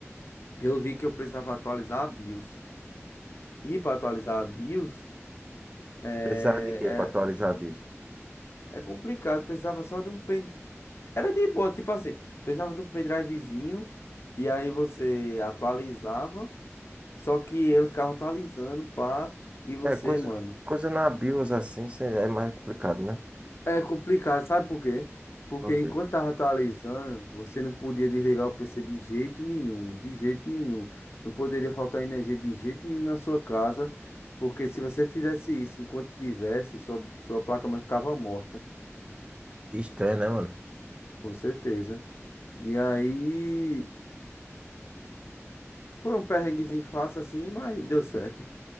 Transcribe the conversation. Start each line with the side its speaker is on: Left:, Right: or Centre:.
Left: eu vi que eu precisava atualizar a BIOS. E para atualizar a BIOS é,
Right: Precisava de quê pra atualizar a BIOS?
Left: é, é complicado. Precisava só de um pen... Era de boa, tipo assim, precisava de um pendrivezinho e aí você atualizava, só que ele ficava atualizando, pá, e você,
Right: É, coisa,
Left: mano.
Right: coisa na BIOS assim cê- é mais complicado, né?
Left: É complicado, sabe por quê? Porque
Right: Ok.
Left: enquanto tava atualizando, você não podia desligar o PC de jeito nenhum, de jeito nenhum. Não poderia faltar energia de jeito nenhum na sua casa, porque se você fizesse isso enquanto tivesse, sua, sua placa-mãe ficava morta.
Right: Que estranho, né, mano?
Left: com certeza. E aí, foi um perrenguezinho fácil assim, mas deu certo.